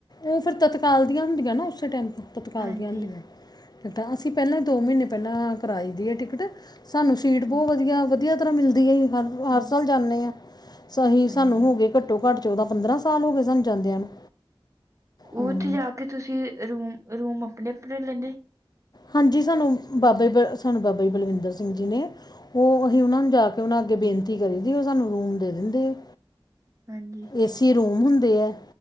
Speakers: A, on the left; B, on the right.
A: ਉ ਫਿਰ ਤਤਕਾਲ ਦੀਆਂ ਹੁੰਦੀਆਂ ਨਾ ਉਸੇ ਟਾਈਮ ਤਤਕਾਲ
B: ਹਾਂਜੀ
A: ਦੀਆਂ ਹੁੰਦੀਆਂ। ਟਿਕਟਾਂ ਅਸੀਂ ਪਹਿਲਾਂ ਦੋ ਮਹੀਨੇ ਪਹਿਲਾਂ ਕਰਾਈ ਦੀ ਏ ਟਿਕਟ ਸਾਨੂੰ ਸੀਟ
B: ਹਾਂਜੀ
A: ਬਹੁਤ ਵਧੀਆ, ਵਧੀਆ ਤਰ੍ਹਾਂ ਮਿਲਦੀ ਏ ਹਰ
B: ਹਾਂਜੀ,
A: ਹਰ ਸਾਲ ਜਾਂਨੇ ਆਂ ਸਹੀ
B: ਹਾਂਜੀ
A: ਸਾਨੂੰ ਹੋ ਗਏ ਘੱਟੋ ਘੱਟ ਚੌਦਾਂ ਪੰਦਰਾਂ ਸਾਲ ਹੋ ਗਏ ਸਾਨੂੰ ਜਾਂਦਿਆਂ ਨੂੰ। ਹੂੰ
B: ਉੱਥੇ ਜਾ ਕੇ ਤੁਸੀ ਰੂਮ-ਰੂਮ ਆਪਣੇ ਆਪਣੇ ਲੈਂਨੇ?
A: ਹਾਂਜੀ ਸਾਨੂੰ ਬਾਬੇ ਸਾਨੂੰ ਬਾਬਾ ਬਲਵਿੰਦਰ ਸਿੰਘ ਜੀ ਨੇ ਉਹ ਅਸੀਂ ਉਹਨਾਂ ਨੂੰ ਜਾ ਕੇ ਉਹਨਾਂ ਅੱਗੇ ਬੇਨਤੀ ਕਰੀ ਦੀ ਏ ਉਹ ਸਾਨੂੰ ਰੂਮ ਦੇ ਦਿੰਦੇ ਹੈ।
B: ਹਾਂਜੀ।
A: ਏਸੀ ਰੂਮ ਹੁੰਦੇ ਹੈ